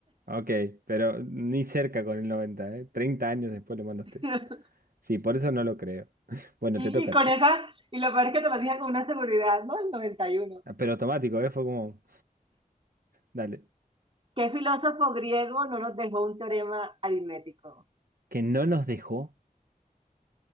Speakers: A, on the right; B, on the right.
A: Ok, pero ni cerca con el 90, ¿eh? 30 años después lo mandaste.
B: sí. <laughs>
A: Sí, por eso no lo creo. <laughs> Bueno,
B: Y,
A: te toca,
B: y con
A: te toca.
B: esa, y lo peor es que te lo dije con una seguridad, ¿no? El 91.
A: Ah, Pero automático, ¿eh? Fue como, dale.
B: ¿Qué filósofo griego no nos dejó un teorema aritmético?
A: Que no nos dejó.